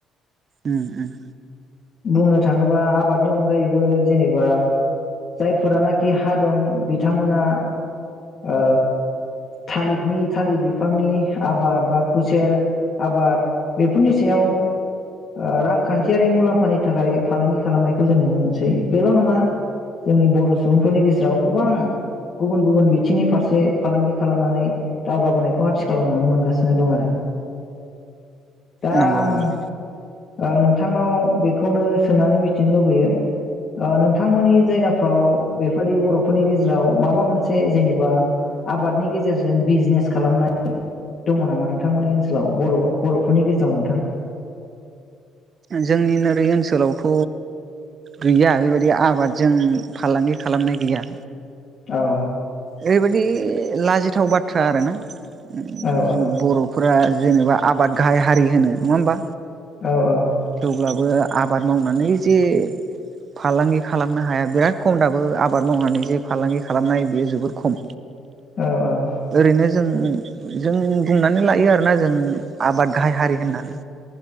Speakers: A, on the right; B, on the left.
A: उम उम
B: बुंनो थाङोबा आबादनि अनगायैबो जेनेबा जायफोरानाखि हा दं बिथांमोना ओ थालिरनि थालिर बिफांनि आबाद बा खुसेर आबाद बेफोरनि सायाव ओ रांखान्थियारि मुलाम्फा फा थाखाय फालांगि खालामनायखौ जों नुनो मोनसै बेल' नङा जोंनि बर' सुबुंफोरनि गेजेराव गोबां गुबुन गुबुन बिथिंनि फारसे फालांगि खालामनानै दावगाबोनायखौ आथिखालाव नुनो मोनगासिनो दं आरो दा
A: नंगौ
B: आंङो
A: नंगौ
B: ओ नोंथांनाव बे बेखौनो सोंनानै मिथिनो लुबैयो नोंथांमोननि जायगाफ्राव बेफदि बर'फोरनि गेजेराव माबा मोनसे जेनेबा आबादनि गेजेरजों बिजनेस खालामनाय दङ नामा नोंथांमोननि ओनसोलाव बर' बर'फोरनि गेजेराव नोंथां?
A: जोंनिनो ओरै ओनसोलावथ' गैया बेबायदि आबादजों फालांगि खालामनाय गैया।
B: औ
A: ओरैबायदि लाजिथाव बाथ्रा आरोना <unintelligible>
B: औ
A: बर'फोरा जेनेबा आबाद गाहाय हारि होनो नङा होमबा?
B: औ
A: थेवब्लाबो आबाद मावनानै जे फालांगि खालामनो हाया बिराद खम दाबो आबाद मावनानै जे फालांगि खालामनाय बियो जोब बोर खम।
B: औ औ
A: ओरैनो जों जोंनिनो बुंनानै लायो आरोना जों आबाद गाहाय हारि होननानै।